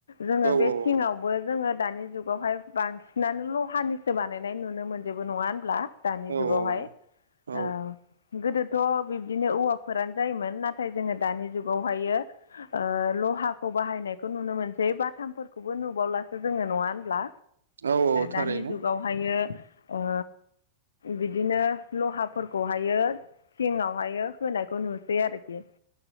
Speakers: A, on the left; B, on the right.
A: जोङो
B: औ
A: बे
B: औ
A: थिंआवबो जोङो दानि जुगावहाय बांसिनानो ल'हानि सो बानायनाय नुनो मोनजोबो नङा होनब्ला दानि
B: औ
A: जुगावहाय
B: औ औ
A: ओ गोदोथ' बिब्दिनो औवाफोरानो जायोमोन नाथाय जोङो दानि जुगावहाय ओ ओ लहाखौ बाहायनायखौ नुनो मोनसै बाथामफोरखौबो नुबावलासो जोङो नङा होनब्ला
B: औ औ थारैनो
A: दानि जुगावहायो ओ बिदिनो लहाफोरखौहायो सिङावहायो होनायखौ नुसै आरोखि